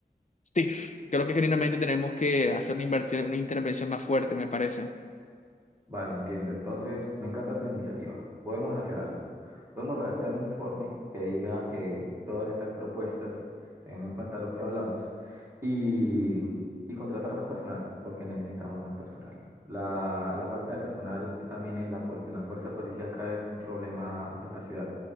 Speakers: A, on the left; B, on the right.
A: sí, creo que genuinamente tenemos que hacer una, inverti- una intervención más fuerte, me parece.
B: Vale, entiendo. Entonces, me encanta tu iniciativa. Podemos hacer algo. Podemos redactar un informe que diga eh, todas estas propuestas, teniendo en cuenta lo que hablamos, y, y contratar más personal, porque necesitamos más personal. La, la falta de personal también en la, pol- en la fuerza policíaca es un problema de la ciudad,